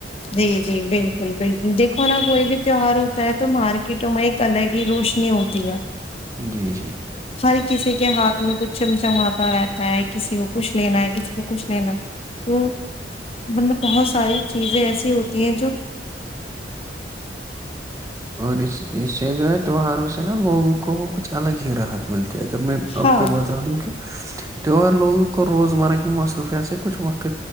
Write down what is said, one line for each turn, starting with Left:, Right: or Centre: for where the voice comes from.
Left: جی جی بالکل بالکل دیکھو نا کوئی بھی تیوہار ہوتا ہے تو مارکیٹوں میں ایک الگ ہی روشنی ہوتی ہے
Right: جی جی
Left: ہر کسی کے ہاتھ میں کچھ چمچماتا رہتا ہے کسی کو کچھ لینا ہے کسی کو کچھ لینا ہے تو مطلب بہت ساری چیزیں ایسی ہوتی ہے
Right: اور اس اسے جو ہے تیواروں سے نا لوگوں کو وہ کچھ الگ ہی راحت ملتی کہ اگر میں آپ
Left: ہاں
Right: کو بتا دوں کہ تیوہار لوگوں کو روزمرہ کی مصروفیات سے کچھ وقت